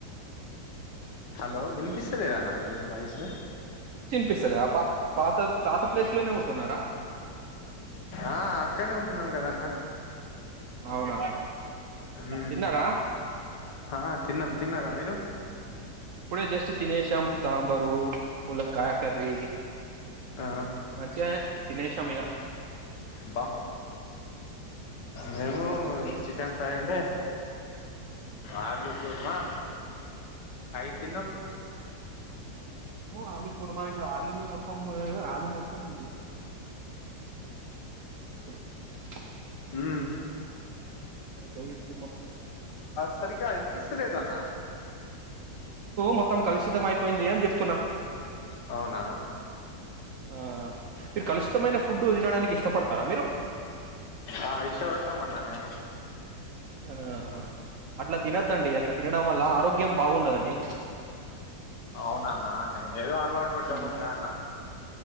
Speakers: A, on the left (about 80°); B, on the right (about 70°).
A: హలో వినిపిస్తలేద అన్న మీది వాయ్సు
B: పిస్తలే పా పాత పాత ప్లేస్ లోనే ఉంటున్నారా
A: ఆ అక్కనే ఉంటున్నాం కదా అన్న
B: అవునా
A: హుం
B: తిన్నారా
A: హా తిన్నం తిన్నారా మీరు
B: ఇప్పుడే జస్ట్ తినేశాం సాంబారు ములక్ కా కర్రీ
A: ఆ
B: మంచిగానే తినేశాం ఇగా
A: బా మేము చికెన్ ఫ్రై ఉండే అలూ కుర్మా ఐ తిన్నామ్
B: నువ్ ఆలు కుర్మా ఇప్పుడు ఆళ్లులో మొత్తం <unintelligible> ఆలు మొత్తం <unintelligible>
A: మ్మ్
B: <inaudible> ఇప్పుడు
A: సరిగ్గా వినిపిస్తలేదు అన్న
B: మొత్తం కలుషితం అయిపోయింది అని చెప్తున్నా
A: అవునా
B: ఆ మీరు కలుషితమైన ఫుడ్ తినడానికి ఇష్టపడతారా మీరు
A: ఆ ఇష్టపడతాం అన్న మేము
B: ఆ అట్లా తినద్దండి ఇట్లా తినడం వల్ల ఆరోగ్యం బాగుండదండి
A: అవునా నా హై ఏదో అలవాటు పడ్డముగా
B: ఉమ్,
A: అన్న